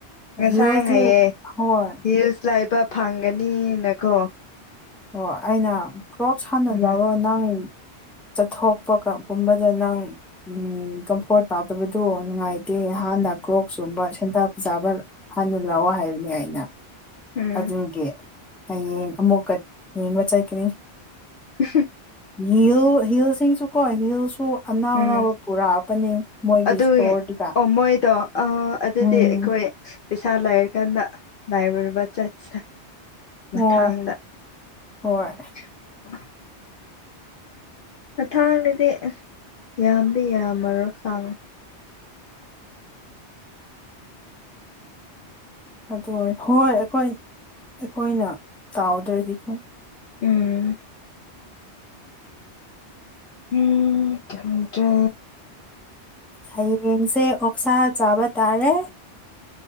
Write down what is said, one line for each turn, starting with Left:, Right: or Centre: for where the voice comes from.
Left: ꯉꯁꯥꯏ
Centre: ꯍꯤꯜꯁꯁꯦ
Left: ꯍꯥꯏꯌꯦ
Centre: ꯍꯣꯏ
Left: ꯍꯤꯜꯁ ꯂꯩꯕ ꯐꯪꯒꯅꯤꯅꯀꯣ
Centre: ꯑꯣ ꯑꯩꯅ ꯀ꯭ꯔꯣꯞꯁ ꯍꯥꯟꯅ
Left: ꯎꯝ
Centre: ꯂꯧꯔꯣ ꯅꯪ ꯆꯠꯊꯣꯛꯄ ꯀꯥ ꯒꯨꯝꯕꯗ ꯅꯪ ꯎꯝ ꯀꯝ ꯄꯣꯠ ꯇꯧꯗꯕꯗꯨ ꯅꯨꯡꯉꯥꯏꯇꯦ ꯍꯥꯟꯅ ꯀ꯭ꯔꯣꯞꯁ ꯌꯣꯟꯕ ꯁꯦꯟꯇꯔ ꯐꯥꯖꯕ ꯍꯟꯅ ꯂꯥꯎꯑꯣ ꯍꯥꯏꯕꯅꯦ ꯑꯩꯅ
Left: ꯎꯝ
Centre: ꯑꯗꯨꯒꯤ ꯍꯌꯦꯡ ꯑꯃꯨꯛꯀꯥ ꯌꯦꯡꯕ ꯆꯠꯀꯅꯤ
Left: <unintelligible>
Centre: ꯌꯤꯜ ꯍꯤꯜꯁꯤꯁꯨꯀꯣ ꯍꯤꯜꯁꯨ ꯑꯅꯥꯎ
Left: ꯎꯝ
Centre: ꯑꯅꯥꯎꯕ ꯄꯨꯔꯛꯑꯕꯅꯦ ꯃꯣꯏꯒꯤ
Left: ꯑꯗꯨꯒꯤ
Centre: ꯏꯁꯇꯣꯔꯗꯨꯗ
Left: ꯑꯣ ꯃꯣꯏꯗꯣ ꯑꯥ ꯑꯗꯨꯗꯤ
Centre: ꯎꯝ
Left: ꯑꯩꯈꯣꯏ ꯄꯩꯁꯥ ꯂꯩꯥꯔ ꯀꯥꯟꯗ <unintelligible> ꯆꯠꯁꯦ ꯃꯊꯥꯡꯗ
Centre: ꯑꯣ ꯍꯣꯏ
Left: <inaudible> ꯃꯊꯪꯡꯗꯗꯤ ꯌꯥꯝꯗꯤ ꯌꯥꯝꯃꯔꯣꯏ ꯈꯪꯡ
Centre: ꯑꯗꯨ ꯍꯣꯏ ꯑꯩꯈꯣꯏ ꯑꯩꯈꯣꯏꯅ ꯇꯥꯎꯗ꯭ꯔꯥꯗꯤꯀꯣ
Left: ꯎꯝ ꯎꯝ ꯈꯪꯗ꯭ꯔꯦ
Centre: ꯍꯌꯦꯡꯁꯦ ꯑꯣꯛꯁꯥ ꯆꯥꯕ ꯇꯥꯔꯦ